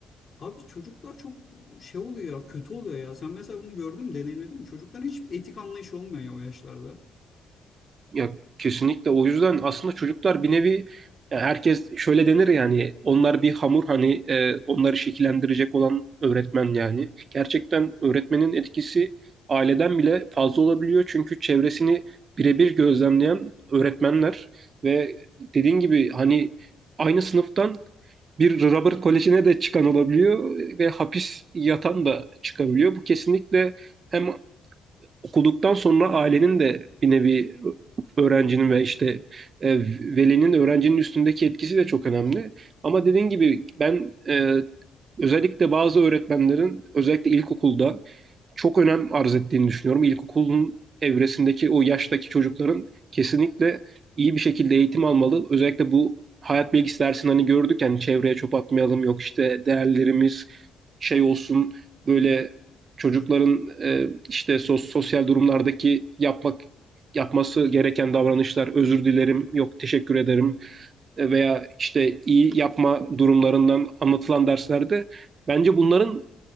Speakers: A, on the left; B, on the right.
A: Abi çocuklar çok şey oluyor ya kötü oluyor ya. Sen mesela bunu gördün mü deneyimledin mi? Çocukların hiç etik anlayışı olmuyor ya o yaşlarda.
B: Ya kesinlikle o yüzden aslında çocuklar bir nevi ya herkes şöyle denir yani onlar bir hamur hani e, onları şekillendirecek olan öğretmen yani. Gerçekten öğretmenin etkisi aileden bile fazla olabiliyor çünkü çevresini birebir gözlemleyen öğretmenler ve dediğin gibi hani aynı sınıftan bir Robert Koleji'ne de çıkan olabiliyor ve hapis yatan da çıkabiliyor. Bu kesinlikle hem okuduktan sonra ailenin de bir nevi öğrencinin ve işte e, velinin öğrencinin üstündeki etkisi de çok önemli. Ama dediğin gibi ben e, özellikle bazı öğretmenlerin özellikle ilkokulda çok önem arz ettiğini düşünüyorum. İlkokulun evresindeki o yaştaki çocukların kesinlikle iyi bir şekilde eğitim almalı. Özellikle bu hayat bilgisi dersini hani gördük yani çevreye çöp atmayalım yok işte değerlerimiz şey olsun böyle çocukların e, işte sos- sosyal durumlardaki yapmak yapması gereken davranışlar özür dilerim yok teşekkür ederim e, veya işte iyi yapma durumlarından anlatılan derslerde bence bunların